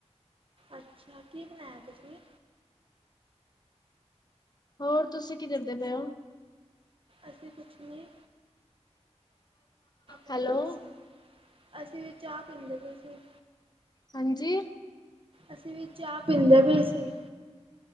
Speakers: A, on the right; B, on the left.
A: ਅੱਛਾ, ਕੀ ਬਣਾਇਆ ਤੁਸੀਂ?
B: ਹੋਰ ਤੁਸੀਂ ਕੀ ਕਰਦੇ ਪਏ ਓ
A: ਅਸੀਂ ਕੁਛ ਨਹੀਂ, ਪੀਂਦੇ
B: ਹੈਲੋ,
A: ਪਏ ਸੀ। ਅਸੀਂ ਵੀ ਚਾਹ ਪੀਂਦੇ ਪਏ ਸੀ।
B: ਹਾਂਜੀ,
A: ਅਸੀਂ ਵੀ ਚਾਹ ਪੀਂਦੇ ਪਏ ਸੀ।